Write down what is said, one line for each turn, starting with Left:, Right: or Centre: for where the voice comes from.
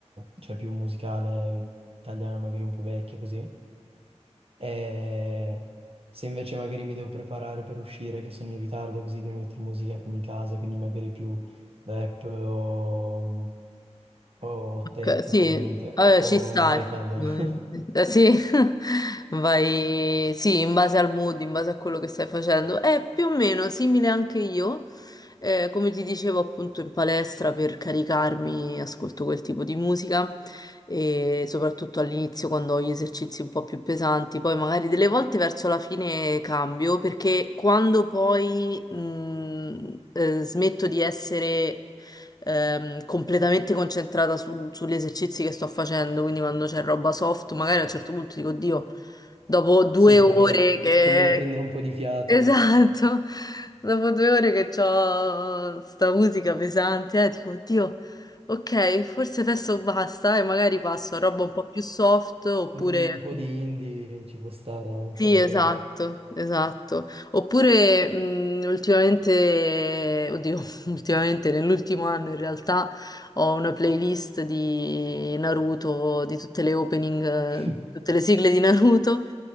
Right: cioè più musicale, italiana, magari un po' vecchia, così. E se invece magari mi devo preparare per uscire, che sono in ritardo, così devo mettere musica in casa, quindi magari più rap o... mm, o
Left: Ok,
Right: techno
Left: sì,
Right: veramente,
Left: eh,
Right: o
Left: ci sta
Right: metal.
Left: effettivamente.
Right: <laughs>
Left: Eh, sì, <laughs> vai, sì, in base al mood, in base a quello che stai facendo. È più o meno simile anche io. Eh, come ti dicevo appunto in palestra per caricarmi, ascolto quel tipo di musica e soprattutto all'inizio quando ho gli esercizi un po' più pesanti, poi magari delle volte verso la fine cambio perché quando poi mh, eh, smetto di essere ehm, completamente concentrata sul- sugli esercizi che sto facendo, quindi quando c'è roba soft, magari a un certo punto dico, Dio, dopo due
Right: Sì, conviene,
Left: ore che...
Right: conviene prendere
Left: <laughs>
Right: un po' di fiato,
Left: Esatto, dopo due ore che ho sta musica pesante, eh, dico, Oddio, ok, forse adesso basta e magari passo a roba un po' più soft oppure...
Right: un po' di indie ci può stare anche
Left: Sì,
Right: magari.
Left: esatto, esatto. Oppure mh, ultimamente, oddio, <laughs> ultimamente nell'ultimo anno in realtà ho una playlist di Naruto, di tutte le opening, eh,
Right: <laughs>
Left: tutte le sigle di Naruto